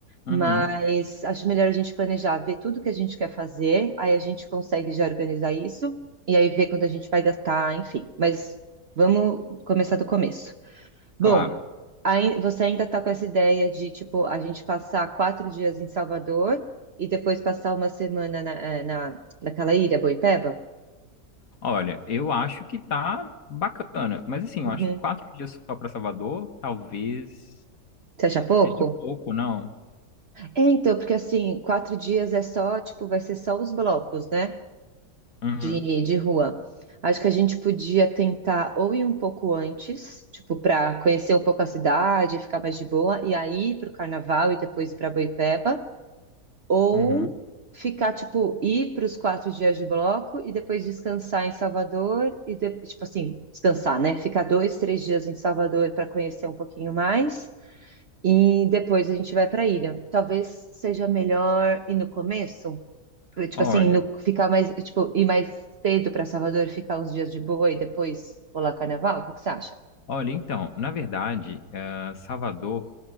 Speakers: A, on the left (about 55°); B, on the right (about 50°).
A: uhum,
B: Mas acho melhor a gente planejar, ver tudo que a gente quer fazer, aí a gente consegue já organizar isso, e aí ver quando a gente vai gastar, enfim. Mas vamos começar do começo. Bom,
A: claro.
B: aí você ainda está com essa ideia de, tipo, a gente passar quatro dias em Salvador e depois passar uma semana na, eh, na, naquela ilha, Boipeba?
A: Olha, eu acho que tá bacana, mas assim, eu
B: Uhum.
A: acho que quatro dias só pra Salvador, talvez
B: Você acha pouco?
A: seja pouco, não?
B: É, então, porque assim, quatro dias é só, tipo, vai ser só os blocos, né?
A: Uhum,
B: de, de rua. Acho que a gente podia tentar ou ir um pouco antes, tipo, para conhecer um pouco a cidade, ficar mais de boa, e aí ir para o carnaval e depois ir para Boipeba, ou
A: uhum.
B: ficar, tipo, ir para os quatro dias de bloco e depois descansar em Salvador, e de- tipo assim, descansar, né? Ficar dois, três dias em Salvador para conhecer um pouquinho mais, e depois a gente vai para a ilha. Talvez seja melhor ir no começo. Tipo
A: Olha.
B: assim, no- ficar mais, tipo, ir mais cedo para Salvador, ficar uns dias de boa e depois pular carnaval? O que que você acha?
A: Olha, então, na verdade, eh, Salvador